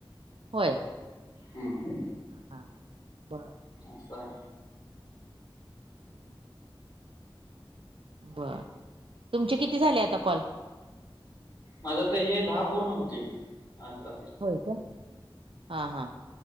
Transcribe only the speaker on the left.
हम्म.
असं हाय.
माझं आता हे दहा पूर्ण होतील. आता